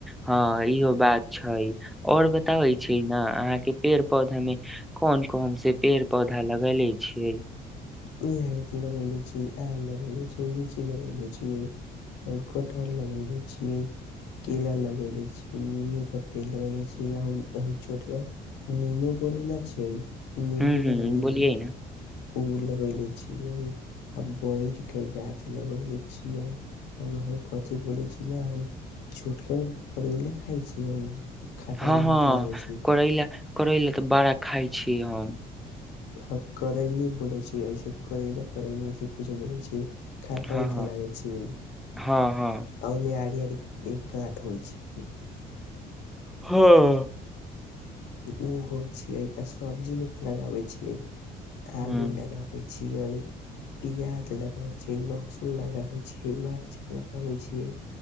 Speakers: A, in the centre; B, on the left.
A: हाँ इहो बात छै। और बताबै छी ना अहाँ के पेड़-पौधा में कौन-कौन से पेड़-पौधा लगैले छिये।
B: इहाँ के ते लगेले छी, आम लगेले छी, लीची लगेेले छीये और कठहर लगले छीये, केला लगेले छीये, निमू का पेड़ लगेले छीये, <unintelligible> और छोटका निम्मू बोलै ना छीये। नींबू
A: हूँ हूँ
B: ना नींबू।
A: बोलियै न
B: उ लगैले छीये आ बैर के गाछ लगैले छीये आ उ हऊ कथी बोैलै छी ने हऊ छोटका करेला खाय छीये उ खट्टा
A: हँ -हँ
B: मीठा लागे छै
A: करैला। <unintelligible> करै लए तऽ बड़ा खाइ छी हम। <unintelligible>
B: ह करैनी बोलै छै ऐसे करै ल करे ऐसे कुछो बोलै छै। <unintelligible> खाटा
A: हँ
B: मीठा
A: हँ
B: लागै छी आ
A: हँ हँ
B: म आ। <unintelligible> एक एक कांट होय छै।
A: हां।
B: ओ होइ छैियै आ सब्जी मे तऽ लगाबै छियै आलू
A: हूँ
B: लगाबै छियै, प्याज लगाबै छियै, लहसुन लगाबै छियै, मर्च लगाबै छियै,